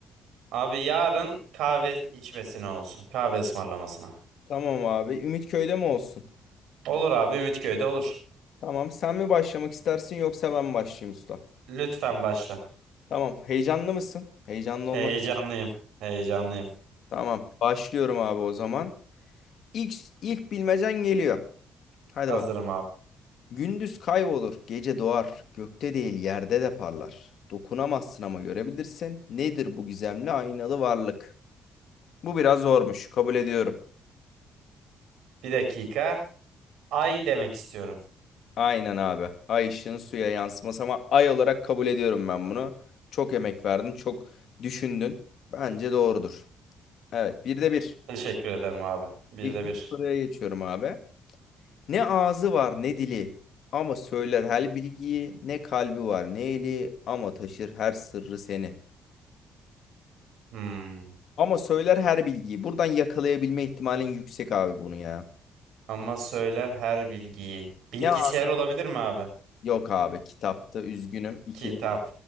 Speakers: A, on the right; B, on the left.
A: Abi yarın kahve içmesine olsun. Kahve ısmarlamasına.
B: Tamam abi, Ümitköy'de mi olsun?
A: Olur abi Ümitköy'de olur.
B: Tamam, sen mi başlamak istersin yoksa ben mi başlayayım usta?
A: Lütfen başla.
B: Tamam, heyecanlı mısın? Heyecanlı olmak.
A: Heyecanlıyım. Heyecanlıyım.
B: Tamam, başlıyorum abi o zaman. İlk, ilk bilmecen geliyor. Hadi
A: Hazırım
B: bakalım.
A: abi.
B: Gündüz kaybolur, gece doğar, gökte değil yerde de parlar. Dokunamazsın ama görebilirsin. Nedir bu gizemli aynalı varlık? Bu biraz zormuş, kabul ediyorum.
A: Bir dakika. Ay demek istiyorum.
B: Aynen abi. Ay ışığın suya yansıması ama ay olarak kabul ediyorum ben bunu. Çok emek verdin, çok düşündün. Bence doğrudur. Evet, bir de bir.
A: Teşekkür ederim abi. Bir
B: İkinci
A: de bir.
B: soruya geçiyorum abi. Ne ağzı var ne dili ama söyler her bilgiyi, ne kalbi var ne eli ama taşır her sırrı seni.
A: Hmm.
B: Ama söyler her bilgiyi. Buradan yakalayabilme ihtimalin yüksek abi bunu ya.
A: Ama söyler her bilgiyi. Bilgisayar
B: Ne abi?
A: olabilir mi abi?
B: Yok abi kitapta üzgünüm. İkide
A: Kitap.